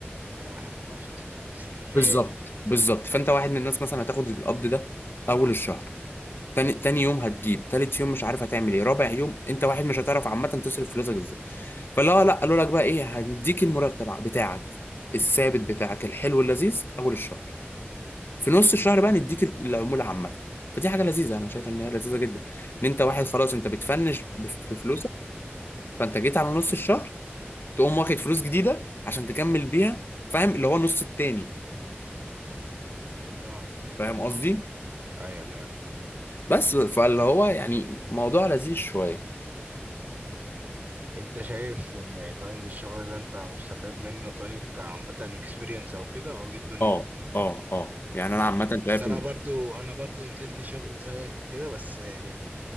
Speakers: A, on the right; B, on the left.
A: انا واحد ما بعرفش امسك عفرسي نهائي
B: بالظبط بالظبط فانت واحد من الناس مثلا هتاخد القبض ده اول الشهر تاني تاني يوم هتجيب تالت يوم مش عارف هتعمل ايه رابع يوم انت واحد مش هتعرف عامه تصرف فلوسك ازاي فلا لا قالوا لك بقى ايه هنديك المرتب بتاعك الثابت بتاعك الحلو اللذيذ اول الشهر في نص الشهر بقى نديك العموله عامه فدي حاجه لذيذه انا شايف ان هي لذيذه جدا ان انت واحد خلاص انت بتفنش بف- في فلوسك فانت جيت على نص الشهر تقوم واخد فلوس جديده عشان تكمل بيها فاهم اللي هو النص التاني
A: اه
B: فاهم قصدي
A: ايوه تمام
B: بس فاللي هو يعني موضوع لذيذ شويه
A: انت شايف ان طيب الشغل ده انت مستفاد منه طيب كعامة اكسبيرينس او كده او ايه الدنيا
B: اه اه اه يعني انا عامه
A: بس
B: شايف
A: انا
B: ان
A: برضو انا برضو نزلت شغل زيك وكده بس يعني